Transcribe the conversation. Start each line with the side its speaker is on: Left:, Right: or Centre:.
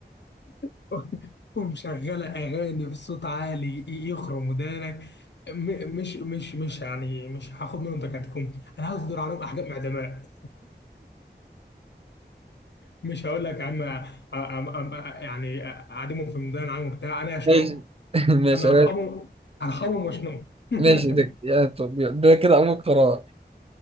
Left: <laughs> ومشغلة أغاني بصوت عالي ي- يخرم ودانك م- مش مش مش يعني مش هاخد منهم تكاتكهم أنا هصدر عليهم أحكام إعدامات مش هقول لك يا عم أ- أ- أ- أ- يعني أعدمهم في ميدان عام وبتاع أنا هشنقهم
Right: ماشي <laughs> ماشي
Left: أنا هرحمهم هرحمهم وأشنقهم <laughs>
Right: ماشي ده يا طب ده كده أول قرار